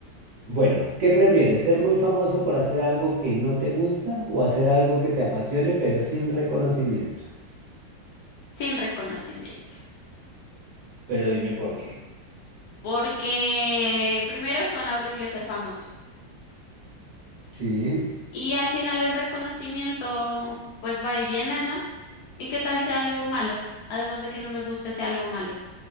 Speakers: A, on the right; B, on the left.
A: Bueno, ¿qué prefieres? ¿Ser muy famoso por hacer algo que no te gusta o hacer algo que te apasione pero sin reconocimiento?
B: sin reconocimiento.
A: Pero dime por qué.
B: Porque primero suena horrible ser famoso.
A: Sí.
B: Y al final el reconocimiento, pues va y viene, ¿no? ¿Y qué tal sea algo malo? Además de que no me guste sea algo malo.